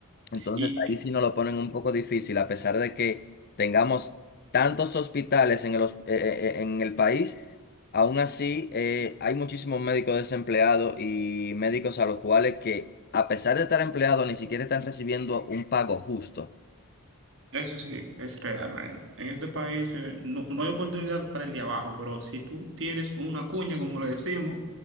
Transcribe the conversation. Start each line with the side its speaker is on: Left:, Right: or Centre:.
Left: Entonces
Right: Y
Left: ahí sí nos lo ponen un poco difícil, a pesar de que tengamos tantos hospitales en el, hos- eh, eh, eh, en el país Aún así, eh, hay muchísimos médicos desempleados y médicos a los cuales que, a pesar de estar empleados, ni siquiera están recibiendo un pago justo.
Right: eso sí es real, man. En este país eh, no, no hay oportunidad para el de abajo, pero si tú tienes una cuña, como le decimos,